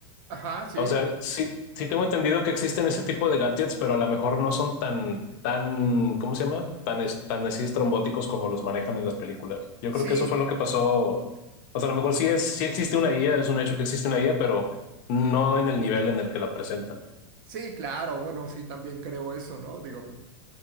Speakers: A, on the right; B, on the left.
A: Ajá, sí,
B: O sea, sí, sí tengo entendido que existen ese tipo de gadgets, pero a lo mejor no son tan, tan, ¿cómo se llama? Tan, es- tan así estrambóticos como los manejan en las películas. Yo
A: sí,
B: creo que eso fue lo que pasó. O sea, a lo mejor sí es, sí existe una guía, es un hecho que existe una guía, pero no en el nivel en el que la presentan.
A: sí, claro, bueno, sí, también creo eso, ¿no? Digo,